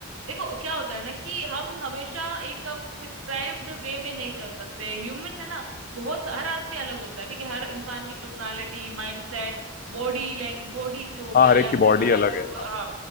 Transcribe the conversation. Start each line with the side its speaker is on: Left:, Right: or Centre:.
Right: देखो क्या होता है ना कि हम हमेशा एक प्रिस्क्राइब्ड वे में नहीं चल सकते ह्यूमन है ना बहुत हर आदमी अलग होता है ठीक है हर इंसान की पर्सनालिटी माइंडसेट बॉडी लैंग बॉडी जो हो गया
Left: हाँ हर
Right: या
Left: एक की
Right: फिर
Left: बॉडी
Right: हमारा
Left: अलग
Right: जो
Left: है
Right: अ,
Left: हाँ
Right: हाँ